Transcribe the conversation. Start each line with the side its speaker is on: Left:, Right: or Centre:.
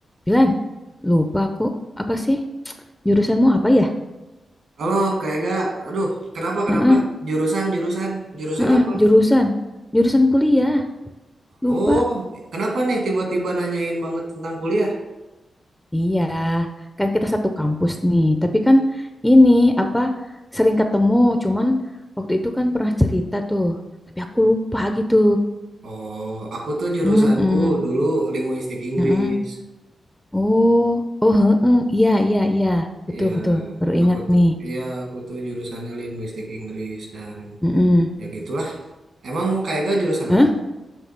Centre: Bilan, lupa aku apa sih? Jurusanmu apa ya?
Right: Halo, Kak Ega. Aduh, kenapa, kenapa?
Centre: Heeh,
Right: Jurusan, jurusan. Jurusan
Centre: heeh,
Right: apa?
Centre: jurusan. Jurusan kuliah. Lupa.
Right: Oh, kenapa nih tiba-tiba nanyain banget tentang kuliah?
Centre: Iya, kan kita satu kampus nih. Tapi kan ini apa sering ketemu, cuman waktu itu kan pernah cerita tuh. Tapi aku lupa gitu.
Right: Oh, aku tuh jurusanku
Centre: Mm-mm,
Right: dulu linguistik Inggris.
Centre: mm-mm. Oh, oh, heeh. Iya, iya, iya. Betul,
Right: Ya,
Centre: betul. Baru
Right: aku
Centre: ingat
Right: tuh,
Centre: nih.
Right: ya, aku tuh jurusannya linguistik Inggris dan
Centre: Mm-mm.
Right: ya gitulah. Emang Kak Ega jurusan
Centre: Hah?
Right: apa?